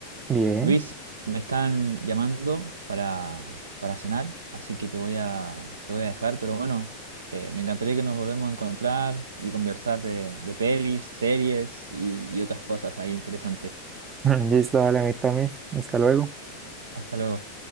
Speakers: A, on the right; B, on the right.
A: bien.
B: Luis, me están llamando para, para cenar, así que te voy a, te voy a dejar, pero bueno, eh, me encantaría que nos volvemos a encontrar y conversar de, de pelis, series y y otras cosas ahí interesantes.
A: <laughs> Listo, vale a mí también. Hasta luego.
B: Hasta luego.